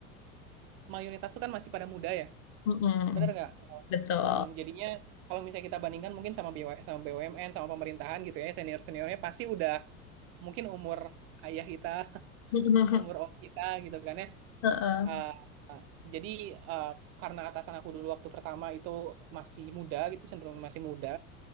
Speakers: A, on the right; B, on the left.
A: mayoritas tuh kan masih pada muda ya
B: Mm-mm.
A: bener nggak
B: betul
A: Mm, jadinya kalau misalnya kita bandingkan mungkin sama BW, sama BUMN sama pemerintahan gitu ya senior seniornya pasti udah mungkin umur ayah kita
B: <laughs>
A: umur om kita gitu kan ya
B: Heeh.
A: Eh, eh, jadi eh, karena atasan aku dulu waktu pertama itu masih muda gitu, cenderung masih muda,